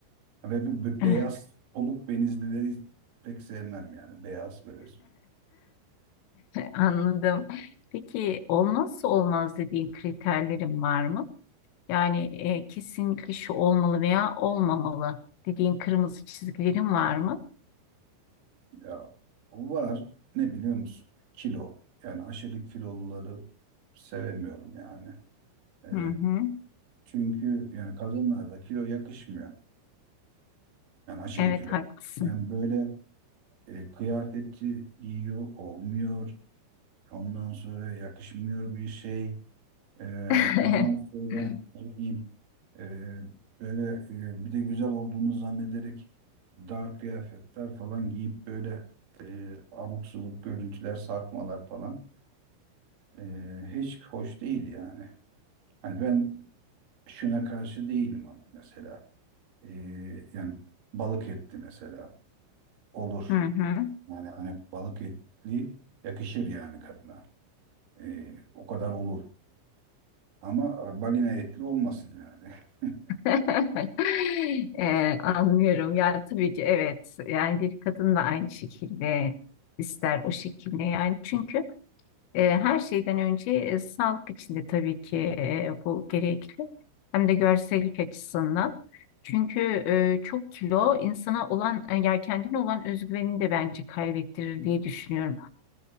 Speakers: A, on the right; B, on the left.
A: Ha, Ve bu bu
B: <laughs>
A: beyaz soluk benizlileri pek sevmem yani. Beyaz böyle
B: Anladım. Peki olmazsa olmaz dediğin kriterlerin var mı? Yani eee, kesinlikle şu olmalı veya olmamalı dediğin kırmızı çizgilerin var mı?
A: ya var ne biliyor musun? Kilo. Yani aşırı kiloluları sevemiyorum yani. E,
B: Hı hı.
A: çünkü yani kadınlarda kilo yakışmıyor. Yani aşırı
B: Evet
A: kilo.
B: haklısın.
A: Yani böyle e, kıyafeti giyiyor olmuyor. Ondan sonra yakışmıyor bir şey. Ee,
B: <laughs>
A: ondan sonra ne bileyim e, böyle e, bir de güzel olduğunu zannederek dar kıyafetler falan giyip böyle e, abuk subuk görüntüler, sarkmalar falan e, hiç hoş değil yani. Hani ben şuna karşı değilim ama mesela E, yani balık etli mesela olur.
B: Hı hı.
A: Yani hani balık etli yakışır yani kadına. E, o kadar olur. Ama balina etli olmasın yani. <laughs>
B: <laughs> Ee, anlıyorum. Ya tabii ki evet. Yani bir kadın da aynı şekilde ister o şekilde yani. Çünkü E, her şeyden önce e, sağlık için de tabii ki e, bu gerekli. Hem de görsellik açısından. Çünkü e, çok kilo insana olan, e, ya kendine olan özgüvenini de bence kaybettirir diye düşünüyorum.